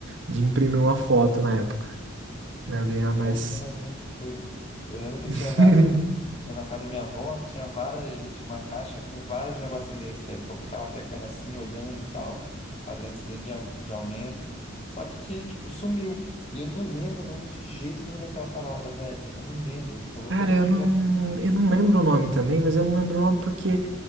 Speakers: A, on the right (about 60°); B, on the left (about 30°).
A: de imprimir uma foto na época. Era bem a mais.
B: Cara, era muito doido. Eu lembro que
A: <laughs>
B: tinha várias, na casa da minha avó, tinha várias, tinha uma caixa com vários negocinhos desse, aí que eu ficava pegando assim, olhando e tal, com a lentezinha de, au- de aumento. Só que, tipo, sumiu. E eu não lembro o nome de jeito nenhum daquela parada, velho. Eu não lembro. Eu vou
A: Cara,
B: ter que
A: eu
B: pesquisar
A: não,
B: aqui depois.
A: eu não lembro o nome também, mas eu não lembro o nome porque